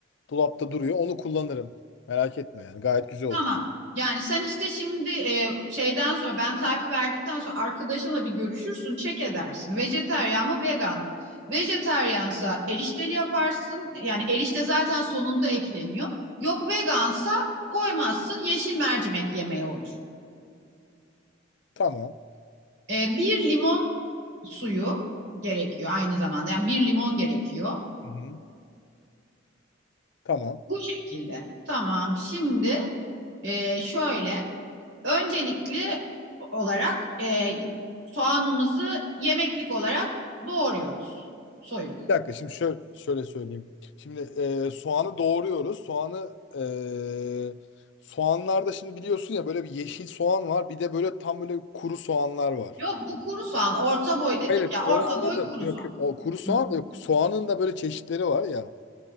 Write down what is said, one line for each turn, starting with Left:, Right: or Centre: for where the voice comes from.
Left: Dolapta duruyor. Onu kullanırım. Merak etme yani. Gayet güzel
Right: Tamam.
Left: olur.
Right: Yani sen işte şimdi e, şeyden sonra ben tarifi verdikten sonra arkadaşınla bir görüşürsün, çek edersin. Vejeteryan mı, vegan mı? Vejeteryansa erişteli yaparsın. Yani erişte zaten sonunda ekleniyor. Yok vegansa koymazsın, yeşil mercimek yemeği olur.
Left: Tamam.
Right: E, bir limon suyu gerekiyor aynı zamanda. Yani bir limon gerekiyor.
Left: Hı-hı. Tamam.
Right: Bu şekilde. Tamam. Şimdi e, şöyle Öncelikli olarak e, soğanımızı yemeklik olarak doğruyoruz. Soyup.
Left: Bir dakika şimdi şöyle, şöyle söyleyeyim. Şimdi e, soğanı doğruyoruz. Soğanı e, soğanlarda şimdi biliyorsun ya böyle bir yeşil soğan var. Bir de böyle tam böyle kuru soğanlar var.
Right: Yok bu kuru soğan. Orta boy dedik
Left: Hayır,
Right: ya.
Left: onu
Right: Orta
Left: anladım.
Right: boy kuru
Left: Yok,
Right: soğan.
Left: yok. O kuru soğan
Right: Hı hı.
Left: da yok. Soğanın da böyle çeşitleri var ya.